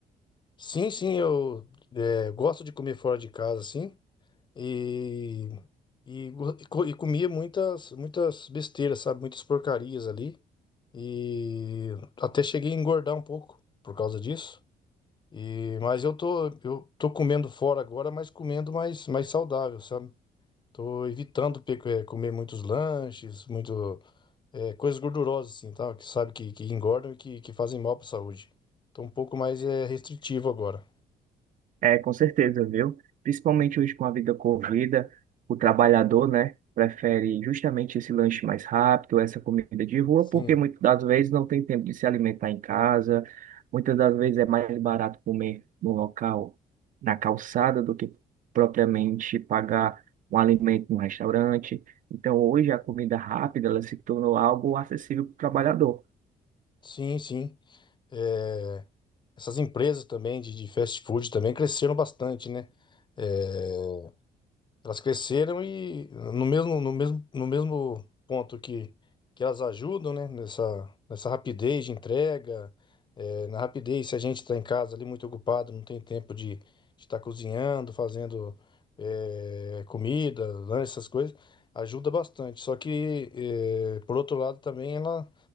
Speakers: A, on the left; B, on the right.
A: sim, sim, eu é, gosto de comer fora de casa, sim. E, e, go- e co- e comia muitas, muitas besteiras, sabe? Muitas porcarias ali. E até cheguei a engordar um pouco por causa disso. E, mas eu tô, eu tô comendo fora agora, mas comendo mais, mais saudável, sabe? Tô evitando pe- eh, comer muitos lanches, muito, eh, coisas gordurosas, assim, tá? Que sabe que, que engordam e que, que fazem mal para a saúde. Tô um pouco mais eh, restritivo agora.
B: É, com certeza, viu? Principalmente hoje com a vida corrida, o trabalhador, né, prefere justamente esse lanche mais rápido, essa comida de rua,
A: Sim,
B: porque muitas das vezes não tem tempo de se alimentar em casa, muitas das vezes é mais barato comer no local, na calçada, do que propriamente pagar um alimento num restaurante. Então, hoje a comida rápida, ela se tornou algo acessível para o trabalhador.
A: sim, sim. É, Essas empresas também de, de fast food também cresceram bastante, né? É, elas cresceram e no mesmo, no mesmo, no mesmo ponto que, que elas ajudam, né? Nessa, nessa rapidez de entrega, é, na rapidez, se a gente está em casa ali muito ocupado, não tem tempo de estar cozinhando, fazendo é, comida, lanche, essas coisas, ajuda bastante. Só que, é, por outro lado, também ela